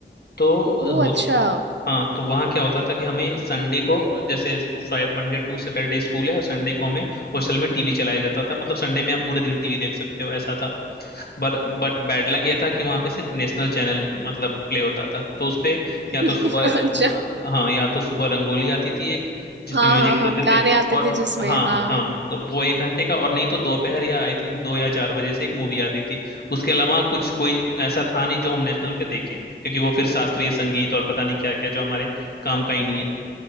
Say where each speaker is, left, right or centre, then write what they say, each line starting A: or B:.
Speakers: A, on the left; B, on the right.
A: तो अ,
B: ओ
A: हो
B: अच्छा
A: तो हाँ तो वहाँ क्या होता था कि हमें संडे को जैसे Friday Monday to Saturday school है और संडे को हमें हॉस्टल में टीवी चलाया जाता था मतलब संडे में आप पूरे दिन टीवी देख सकते हो ऐसा था बट बट बैड लक ये था कि वहां पे सिर्फ नेशनल चैनल मतलब प्ले होता था तो उसपे
B: <laughs>
A: या तो सुबह सुबह
B: अच्छा
A: हाँ या तो सुबह रंगोली आती थी एक जिसमें
B: हाँ
A: म्यूजिक
B: हाँ हाँ
A: होते
B: गाने
A: थे
B: आते
A: और
B: थे जिसमें
A: हाँ
B: हाँ
A: हाँ तो वो एक घंटे का और नहीं तो दोपहर या आई थिंक दो या चार बजे से एक मूवी आती थी उसके अलावा कुछ कोई ऐसा था नहीं जो हम नेशनल पे देखें क्योंकि वो फिर शास्त्रीय संगीत और पता नहीं क्या क्या जो हमारे काम का ही नहीं है